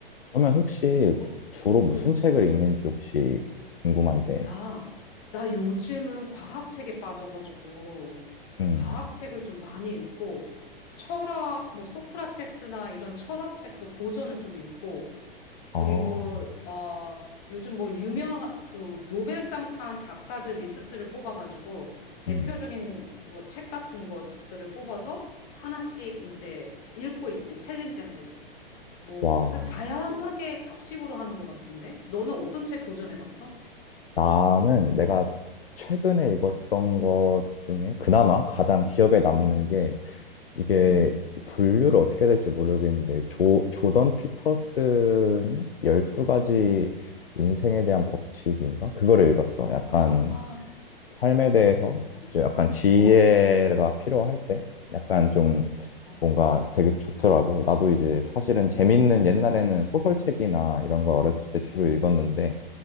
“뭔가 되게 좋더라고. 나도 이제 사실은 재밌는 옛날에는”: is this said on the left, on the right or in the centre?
Left